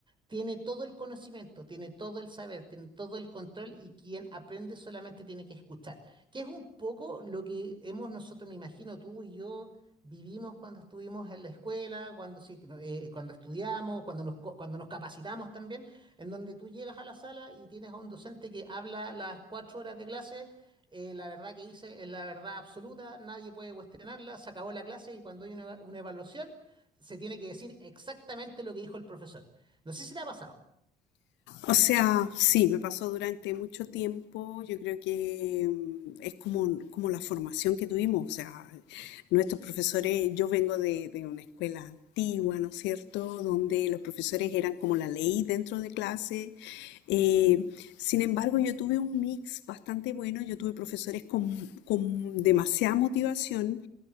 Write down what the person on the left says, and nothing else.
O sea, sí, me pasó durante mucho tiempo. Yo creo que mm, es como, como la formación que tuvimos. O sea,
nuestros profesores, yo vengo de, de una escuela antigua, ¿no es cierto? Donde los profesores eran como la ley dentro de clase. Eh, sin embargo, yo tuve un mix bastante bueno. Yo tuve profesores con, con demasiada motivación